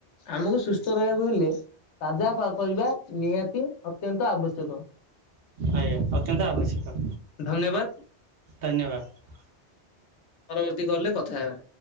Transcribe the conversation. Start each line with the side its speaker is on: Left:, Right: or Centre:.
Left: ଆମକୁ ସୁସ୍ଥ ରହିବାକୁ ହେଲେ, ତାଜା ପରିବା ନିହାତି ଅତ୍ୟନ୍ତ ଆବଶ୍ୟକ।
Right: ଆଜ୍ଞା ଅତ୍ୟନ୍ତ ଆବଶ୍ୟକ।
Left: ଧନ୍ୟବାଦ।
Right: ଧନ୍ୟବାଦ।
Left: ପରବର୍ତ୍ତୀ କଲରେ କଥା ହେବା।